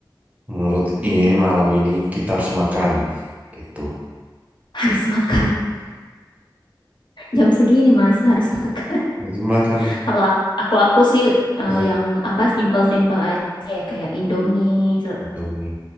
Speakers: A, on the right; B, on the left.
A: menurut ini malam ini kita harus makan. Gitu.
B: harus makan. Jam segini Mas harus makan.
A: Itu makan
B: <laughs> Kalau aku aku, aku sih eh,
A: eh,
B: yang apa simple-simple aja ya kayak Indomie, ser-
A: Indomie.